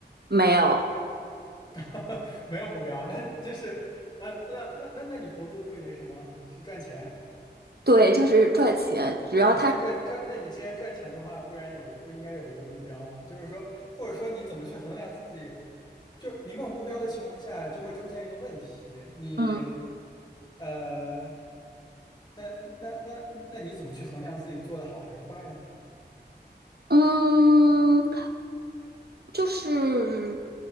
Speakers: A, on the right; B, on the left.
A: 没有，
B: <laughs> 没有目标，那就是，呃，那那那那你投资的目的是什么？是赚钱？
A: 对，就是赚钱，只要他，
B: 那你既然赚赚，那你既然赚钱的话，不然有一不应该有一个目标吗？就是说，或者说你怎么去衡量自己？就是你没有目标的情况下，就会出现一个问题，你，
A: 嗯
B: 呃，那那那那你怎么去衡量自己做的好还是坏呢？
A: 嗯，就是